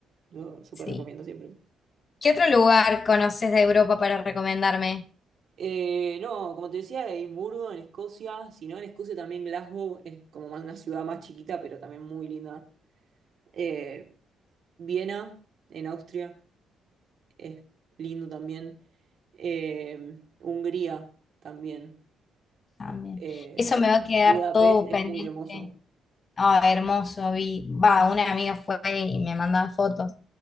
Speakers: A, on the right; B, on the left.
A: lo súper
B: sí.
A: recomiendo siempre.
B: ¿Qué otro lugar conoces de Europa para recomendarme?
A: Eh, no, como te decía, Edimburgo en Escocia, si no en Escocia también Glasgow es como más una ciudad más chiquita, pero también muy linda. Eh, Viena en Austria. es lindo también. Eh, Hungría también.
B: También.
A: Es- eh,
B: Eso me va a quedar
A: Budapest
B: todo
A: es
B: pendiente.
A: muy hermoso.
B: Ah, hermoso, vi. Va, una amiga fue y me mandaba fotos.